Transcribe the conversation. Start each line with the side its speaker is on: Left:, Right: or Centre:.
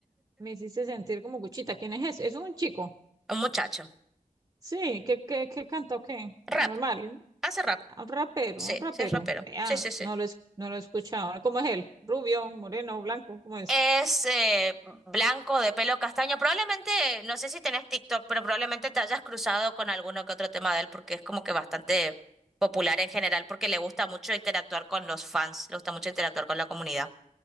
Right: Me hiciste sentir como cuchita. ¿Quién es ese? Es un chico.
Centre: un muchacho.
Right: Sí, ¿qué, qué, qué cantó qué?
Centre: Rap,
Right: Normal.
Centre: hace rap,
Right: Ah, Un rapero,
Centre: sí,
Right: un rapero.
Centre: sí es rapero,
Right: Vean,
Centre: sí, sí, sí.
Right: no lo, es- no lo he escuchado. ¿Cómo es él? ¿Rubio, moreno, blanco? ¿Cómo es?
Centre: Es eh, blanco de pelo castaño. Probablemente, no sé si tenés TikTok, pero probablemente te hayas cruzado con alguno que otro tema de él porque es como que bastante popular en general porque le gusta mucho interactuar con los fans, le gusta mucho interactuar con la comunidad.